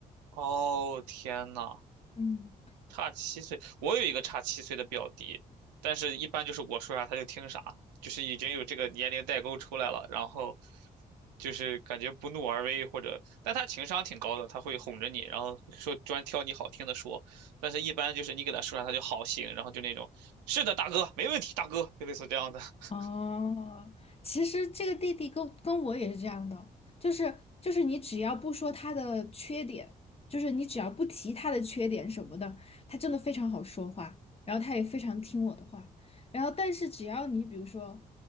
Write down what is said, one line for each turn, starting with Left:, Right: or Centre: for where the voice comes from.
Right: 哦，天呐，
Left: 嗯。
Right: 差七岁，我有一个差七岁的表弟，但是一般就是我说啥他就听啥，就是已经有这个年龄代沟出来了，然后就是感觉不怒而威或者，但他情商挺高的，他会哄着你，然后说专挑你好听的说，但是一般就是你给他说啥他就好行，然后就那种是的大哥没问题大哥，就类似这样的。<laughs>
Left: 哦，其实这个弟弟跟跟我也是这样的，就是就是你只要不说他的缺点，就是你只要不提他的缺点什么的，他真的非常好说话，然后他也非常听我的话，然后但是只要你比如说，